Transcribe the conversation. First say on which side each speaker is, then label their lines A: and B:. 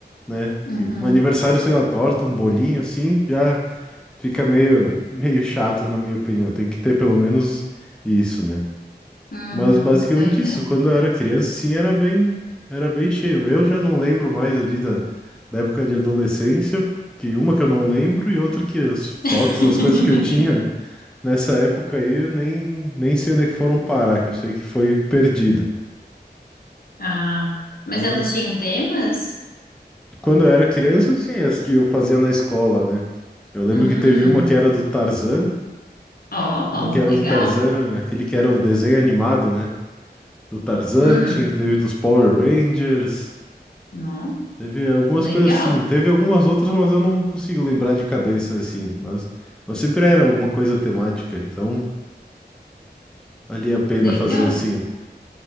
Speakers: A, in the centre; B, on the left (about 60°).
A: né?
B: Uhum,
A: Que um aniversário sem uma torta, um bolinho assim, já. Fica meio, meio chato, na minha opinião. Tem que ter pelo menos isso, né?
B: uhum,
A: Mas basicamente
B: pois
A: isso.
B: é.
A: Quando eu era criança, sim, era bem, era bem cheio. Eu já não lembro mais ali da, da época de adolescência, que uma que eu não lembro e outra que as fotos,
B: <laughs>
A: as coisas que eu tinha nessa época aí, eu nem, nem sei onde é que foram parar, que eu sei que foi perdida.
B: Ah, mas
A: Mas
B: elas tinham temas?
A: quando eu era criança, sim, as que eu fazia na escola, né? Eu lembro
B: Hum,
A: que teve uma que era do Tarzan.
B: ó,
A: Uma
B: ó,
A: que era
B: legal.
A: do Tarzan, aquele que era o desenho animado, né? Do Tarzan,
B: Hum,
A: tinha, teve dos Power Rangers,
B: não,
A: teve algumas
B: legal,
A: coisas assim, teve algumas outras, mas eu não consigo lembrar de cabeça assim, mas, mas sempre era alguma coisa temática, então valia a pena
B: legal,
A: fazer assim.